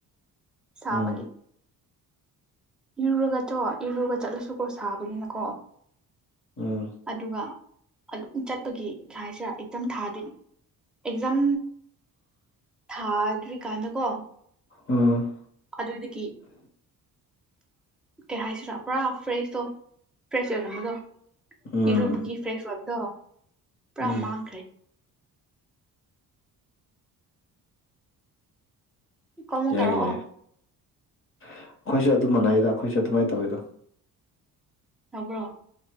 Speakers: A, in the centre; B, on the left.
A: ꯁꯥꯕꯒꯤ
B: ꯎꯝ
A: ꯏꯔꯨꯔꯒ ꯆꯣ ꯏꯔꯨꯔꯒ ꯆꯠꯂꯁꯨ ꯀꯣ ꯁꯥꯕꯅꯤꯅꯀꯣ
B: ꯎꯝ
A: ꯑꯗꯨꯒ ꯑꯗꯨꯝ ꯆꯠꯄꯒꯤ ꯁ ꯍꯥꯏꯁꯤꯔꯥ ꯑꯦꯛꯖꯝ ꯊꯥꯗꯣꯏ ꯑꯦꯛꯖꯝ ꯊꯥꯗ꯭ꯔꯤ ꯀꯥꯟꯗꯀꯣ
B: ꯎꯝ
A: ꯑꯗꯨꯗꯒꯤ ꯀꯩ ꯍꯥꯏꯁꯤꯔꯥ ꯄꯨꯔꯥ ꯐ꯭ꯔꯦꯁꯇꯣ ꯐ꯭ꯔꯦꯁ ꯑꯣꯏꯔꯝꯕꯗꯣ
B: ꯎꯝ
A: ꯏꯔꯨꯕꯒꯤ ꯐ꯭ꯔꯦꯁ ꯑꫭꯏ ꯗꯣ ꯄꯨꯔꯥ
B: ꯎꯝ
A: ꯃꯥꯡꯈ꯭ꯔꯦ ꯀꯣꯜꯃꯨꯛ
B: ꯌꯥꯏ
A: ꯇꯧꯔꯛꯑꯣ
B: ꯌꯥꯏ ꯑꯩꯈꯣꯏꯁꯨ ꯑꯗꯨꯝ ꯃꯅꯥꯏꯗ ꯑꯩꯈꯣꯏꯁꯨ ꯑꯗꯨꯃꯥꯏꯅ ꯇꯧꯋꯤꯗ
A: ꯇꯕ꯭ꯔꯣ